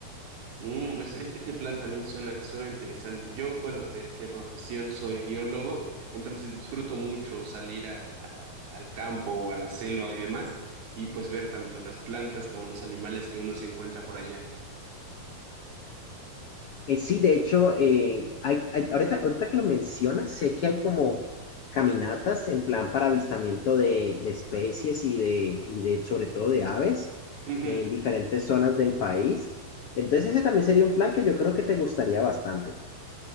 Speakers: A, on the right (about 85°); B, on the left (about 80°).
A: Mm, pues es- ese plan también suena, suena interesante. Yo, bueno, de, de profesión soy biólogo, entonces disfruto mucho salir a- a- al campo o a la selva y demás, y pues ver tanto las plantas como los animales que uno se encuentra por allá.
B: Eh, sí, de hecho, eh, hay, hay- ahorita, ahorita que lo mencionas, sé que hay como caminatas en plan para avistamiento de, de especies y de, y de, sobre todo de aves
A: Ujú.
B: en diferentes zonas del país. Entonces ese también sería un plan que yo creo que te gustaría bastante.